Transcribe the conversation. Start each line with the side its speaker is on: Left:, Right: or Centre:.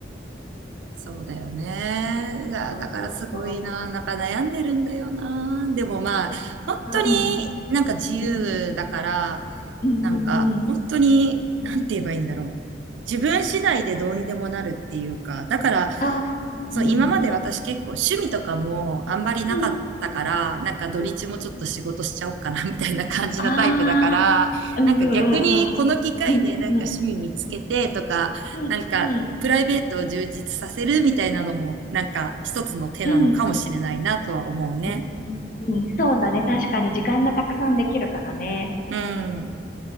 Right: そうだよね。だ、
Left: そうそうそ
Right: だからすごいな。なんか悩んでるんだよな。でもまあ、本当に
Left: う、あ、うん、
Right: なんか自由だから、
Left: うん、うん、う
Right: なんか、
Left: ん、うん、
Right: 本当に、なんて言えばいいんだろう。自分次第でどうにでもなるっていうか、だから、
Left: そう、
Right: そう、
Left: うん、
Right: 今まで私結構趣味とかもあんまりなかったから、
Left: うん、うん、
Right: なんか土日もちょっと仕事しちゃおうかな
Left: うん、うん、うん
Right: <laughs> みたいな感じのタイプだから、
Left: ああ、うん、
Right: なんか逆にこの機会でなんか趣味見つけてとか、
Left: うん、うん、うん、うん、うん、う
Right: なんかプライベートを充実させるみたいなのも、
Left: んうん。
Right: なんか一つの手なのかもしれないなとは思うね。
Left: うん。うんうんそうだね。確かに時間がたくさんできるからね。
Right: うん。